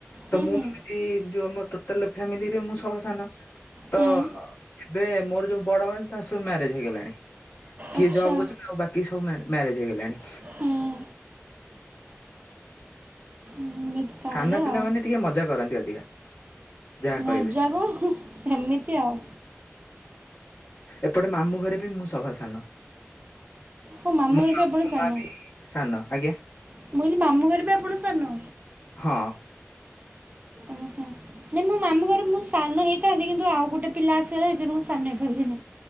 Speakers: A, on the left (about 50°); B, on the right (about 35°).
A: ତ
B: ହୁଁ
A: ମୁଁ
B: ହୁଁ
A: ଏମତି ଯୋଉ ଆମ ଟୋଟାଲ ଫ୍ୟାମିଲିରେ ମୁଁ ସଭା ସାନ। ତ
B: ହୁଁ
A: ଏବେ ମୋର ଯୋଉ ବଡ ଭାଇ ତାଙ୍କ ସବୁ ମ୍ୟାରେଜ ହେଇଗଲାଣି। କିଏ
B: ଆଚ୍ଛା
A: ଜବ୍ କରୁଛନ୍ତି ଆଉ ବାକି ସବୁ ମ୍ୟାରେଜ ହେଇଗଲାଣି।
B: ହୁଁ ଉ ଏମିତି। ତାହେଲେ
A: ସାନ ପିଲାମାନେ
B: ଆଉ
A: ଟିକେ ମଜା କରନ୍ତି ଅଧିକା। ଯାହା
B: ମଜା
A: କହିବେ
B: ହୋଉ, ସେମିତି ଆଉ।
A: ଏପଟେ ମାମୁଁ ଘରେ ବି ମୁଁ ସଭା ସାନ,
B: ହଁ ମାମୁଁ
A: ମୋ
B: ଘରେ
A: ମ
B: ବି ଆପଣ ସାନ
A: ମା ବି ସାନ ଆଜ୍ଞା।
B: ମୁଁ କହିଲି ମାମୁଁ ଘରେ ବି ଆପଣ ସାନ?
A: ହଁ ଅ।
B: ଉଁ ହୁଁ। ନାଇଁ ମୋ ମାମୁ ଘରେ ମୁଁ ସାନ ହେଇଥାନ୍ତି, କିନ୍ତୁ ଆଉ ଗୋଟେ ପିଲା ଆସଗଲା ଏଥିରୁ ମୁଁ ସାନ ହେଇପାରିଲିନି।